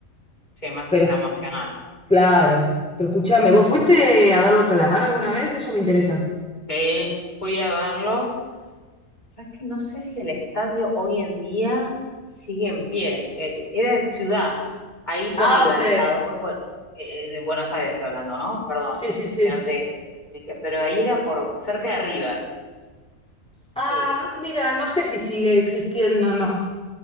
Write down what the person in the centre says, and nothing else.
Pero
claro, pero escúchame, ¿vos fuiste a verlo a Calamaro alguna vez? Eso me interesa.
Ah,
ok.
Sí, sí, sí.
Ah,
mira, no sé si sigue existiendo o no.